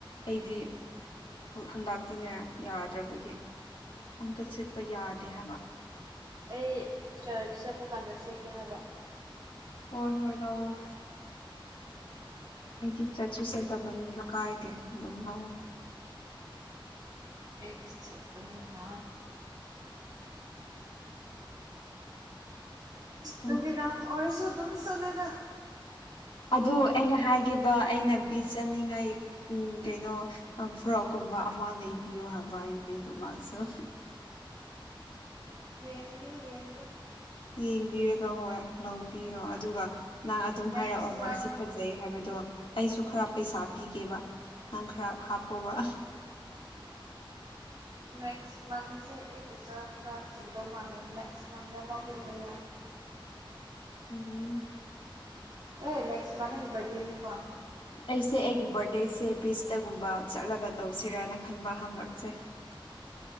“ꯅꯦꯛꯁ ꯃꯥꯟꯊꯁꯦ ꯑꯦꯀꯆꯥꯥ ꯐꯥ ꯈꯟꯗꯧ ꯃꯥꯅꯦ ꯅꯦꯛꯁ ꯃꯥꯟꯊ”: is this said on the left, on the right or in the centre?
Right